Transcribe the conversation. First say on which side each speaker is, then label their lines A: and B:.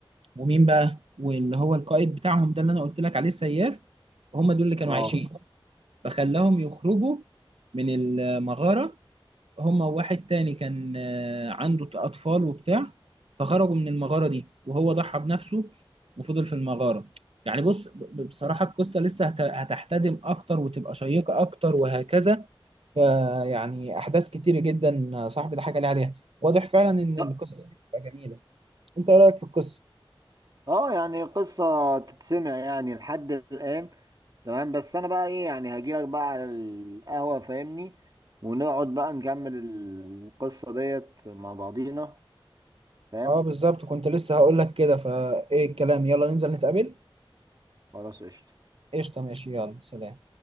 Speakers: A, on the right; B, on the right.
A: ومين بقى واللي هو القائد بتاعهم ده اللي انا قلت لك عليه السياف هم دول اللي كانوا
B: اه
A: عايشين فخلاهم يخرجوا من المغارة هم وواحد تاني كان آه، عنده أطفال وبتاع فخرجوا من المغارة دي وهو ضحى بنفسه وفضل في المغارة يعني بص ب- بصراحة القصة لسه هت- هتحتدم أكتر وتبقى شيقة أكتر وهكذا فيعني أحداث كتيرة جدا آه، صاحبي ده حاجة ليه عليها واضح فعلا إن
B: لا.
A: القصص دي بتبقى جميلة أنت إيه رأيك في القصة؟
B: اه يعني قصة تتسمع يعني لحد الآن تمام بس أنا بقى إيه يعني هجيلك بقى على القهوة فاهمني ونقعد بقى نكمل القصة ديت مع بعضينا فاهم
A: اه بالظبط كنت لسه هقول لك كده فايه الكلام يلا ننزل نتقابل
B: خلاص قشطة
A: قشطة ماشي يلا سلام